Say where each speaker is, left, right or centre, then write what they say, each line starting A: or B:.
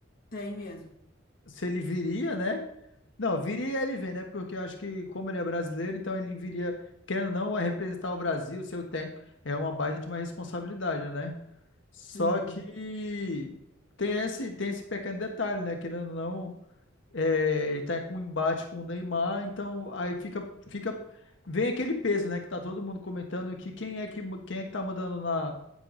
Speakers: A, on the left; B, on the left.
A: Tem mesmo.
B: se ele viria, né? Não, viria ele vem, né? Porque eu acho que como ele é brasileiro, então ele viria, querendo ou não, é representar o Brasil, ser o técnico, é uma baita de uma responsabilidade, né? Só
A: Uhum.
B: que tem esse, tem esse pequeno detalhe, né? Querendo ou não, é, ele tá com um embate com o Neymar, então aí fica, fica, vem aquele peso, né? Que tá todo mundo comentando que quem é que, quem é que tá mandando na,